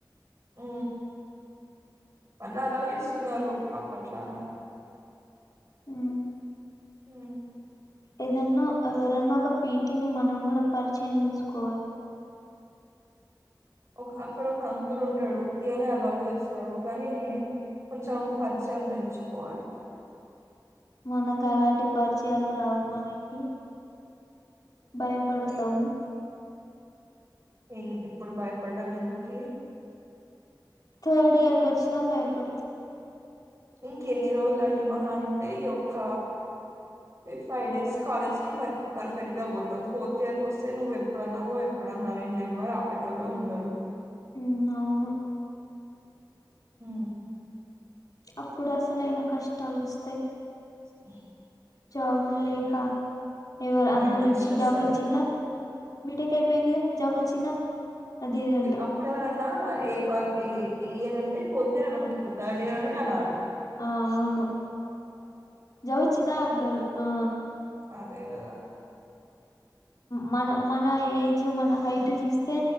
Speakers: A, on the right (about 40°); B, on the left (about 50°).
A: అ అలాలోవి స్తున్నారు అప్పట్లా అని
B: ఉ
A: ఉ
B: ఏదన్నా ఎవరన్నా ఒక పీటీని మనం కూడా పరిచయం చేసుకోవాలి
A: ఒక అక్కడ ఒక అంకులు ఉంటాడు త అనే అలా చేస్తాడు కానీ కొంచెం పదయం పెంచుకోవాలి
B: మనకు అలాంటి పరిచయాలు రావు మనకి భయపడతాము
A: ఇ ఇప్పుడు భయపడ్డం ఎందుక
B: థర్డ్ ఇయర్కి వచ్చినా భయపడుదుా
A: ఇంక ఎన్ని రోజులు అండి మ అంటే ఈయ ఒక ఫిఫ్ ఫైవ్ డేస్ కాలేజ్ కి పర్ఫెక్ట్ గా పోతాం ఫోర్త్ ఇయర్ క వస్తే నువ్వు ఎప్పుడన్నావో ఎప్పుడన్నా నేను ఎవరు ఆపట్ ో లో ఉండరు
B: ఉమ్ అవును
A: హ
B: అ ఇప్పుడు అసలైనా కష్టాలు వస్తాయి
A: ఓ
B: జాబుల్ లేక ఎవరి అందరు
A: మెంటల్
B: వచ్చి
A: స్ట్రెస్
B: జాబ్
A: అది
B: వచ్చిందా బిఠేకా పను జపచ్చిన అద ఏదంట
A: అప్పుడు ఎవరన్నా ఏ క ఏ ఇయర్ అంటే ఫోత్ ఇయర్ అని అద్దు థర్డ్ ఇయర్ అని అనాల
B: ఆ అవును జవ వచ్చిందా అంటారు ఆ
A: అదే అదా
B: మన మన ఏజ్ మన హైట్ చూస్తే